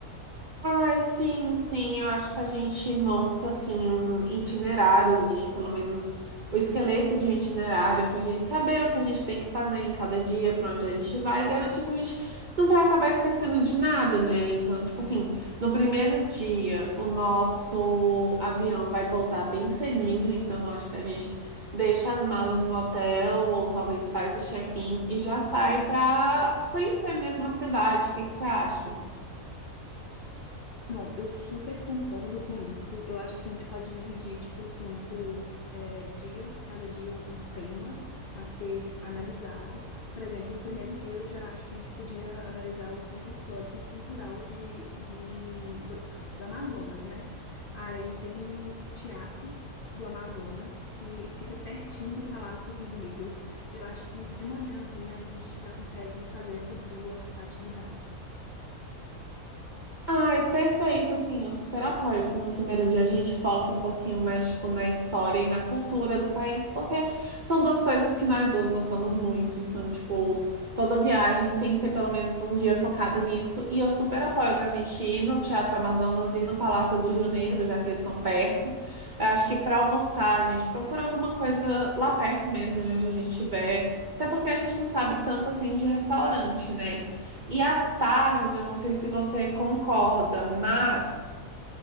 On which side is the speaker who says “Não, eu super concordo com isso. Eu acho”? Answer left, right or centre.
Left